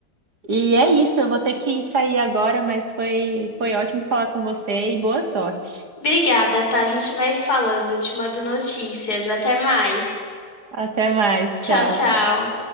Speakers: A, on the right; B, on the left.
A: E é isso, eu vou ter que sair agora, mas foi, foi ótimo falar com você e boa sorte.
B: Obrigada, tá? A gente vai se falando. Eu te mando notícias. Até mais.
A: Até mais,
B: Tchau,
A: tchau.
B: tchau.